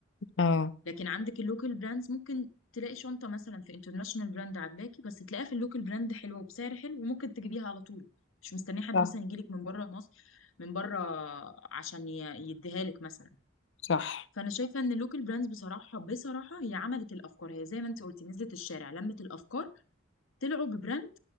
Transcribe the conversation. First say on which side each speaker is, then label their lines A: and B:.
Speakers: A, on the left; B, on the left.
A: اه
B: لكن عندك اللوكال براندز ممكن تلاقي شنطة مثلا في انترناشونال براند عاجباكي بس تلاقيها في اللوكال براند حلوة وبسعر حلو وممكن تجيبيها على طول مش مستنيه حد
A: صح
B: مثلا يجيلك من بره مصر من بره عشان ي- يديها لك مثلا
A: صح
B: فانا شايفه ان اللوكال براندز بصراحه بصراحه هي عملت الافكار هي زي ما انت قلتي نزلت الشارع لمت الافكار طلعوا ببراند